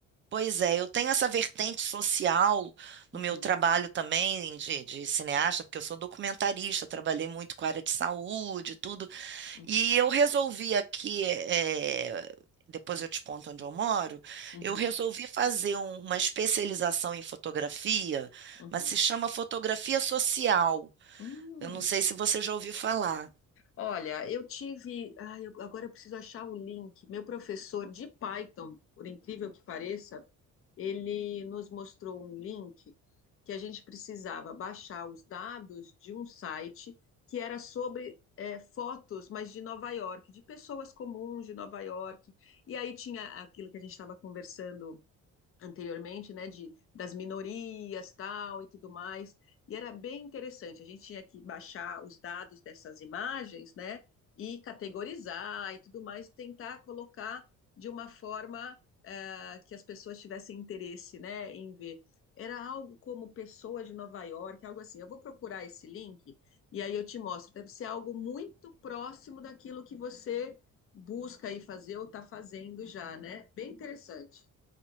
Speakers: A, on the right; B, on the left.
A: pois é, eu tenho essa vertente social
B: Uhum,
A: no meu trabalho também de, de cineasta, porque eu sou documentarista, trabalhei muito com a área de saúde, tudo,
B: uhum,
A: e eu resolvi aqui, é, depois eu te conto onde eu moro,
B: uhum,
A: eu resolvi fazer um- uma especialização em fotografia,
B: uhum.
A: mas se chama fotografia social.
B: Hum.
A: Eu não sei se você já ouviu falar.
B: Olha, eu tive. Ai, eu- agora eu preciso achar o link. Meu professor de Python, por incrível que pareça, ele nos mostrou um link que a gente precisava baixar os dados de um site que era sobre eh, fotos, mas de Nova York, de pessoas comuns de Nova York. E aí tinha aquilo que a gente estava conversando anteriormente, né, de, das minorias, tal, e tudo mais, e era bem interessante, a gente tinha que baixar os dados dessas imagens, né, e categorizar e tudo mais, tentar colocar de uma forma eh, que as pessoas tivessem interesse, né, em ver. Era algo como pessoas de Nova York, algo assim. Eu vou procurar esse link e aí eu te mostro. Deve ser algo muito próximo daquilo que você busca aí fazer ou está fazendo já, né? Bem interessante.